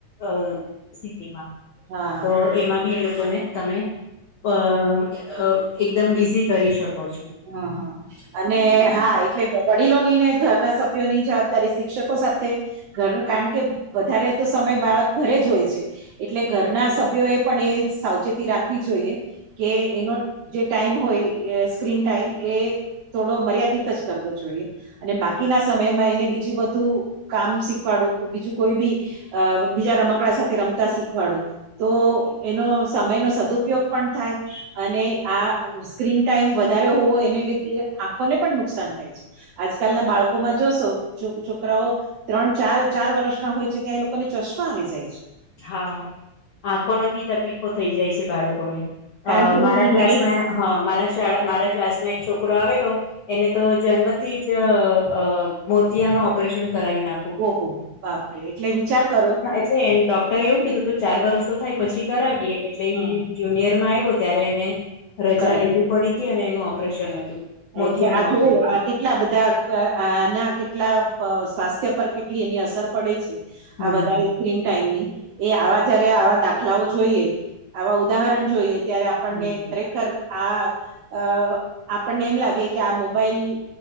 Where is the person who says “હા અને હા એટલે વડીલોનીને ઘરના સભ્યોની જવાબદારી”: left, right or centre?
Right